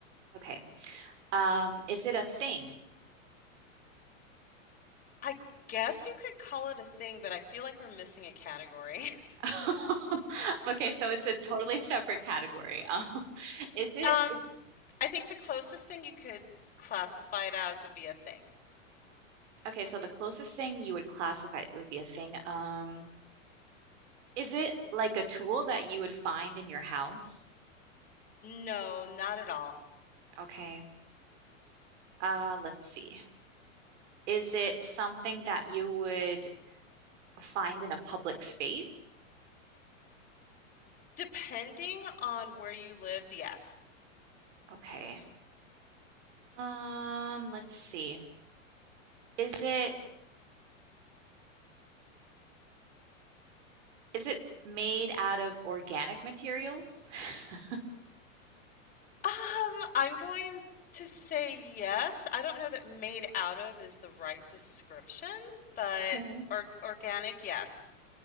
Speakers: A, on the right (about 60°); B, on the left (about 20°).
A: Okay. Um, is it a thing?
B: I guess you could call it a thing, but I feel like we're missing a category. <laughs>
A: <laughs> Okay, so it's a totally separate category. Um, <laughs> is it,
B: Um, I think the closest thing you could classify it as would be a thing.
A: okay, so the closest thing you would classify it would be a thing. Um, Is it like a tool that you would find in your house?
B: No, not at all.
A: Okay. Uh, let's see. Is it something that you would find in a public space?
B: Depending on where you lived, yes.
A: Okay. Um, let's see. Is it is it made out of organic materials? <laughs>
B: Um, I'm going to say yes. I don't know that made out of is the right description, but
A: Okay.
B: or organic, yes.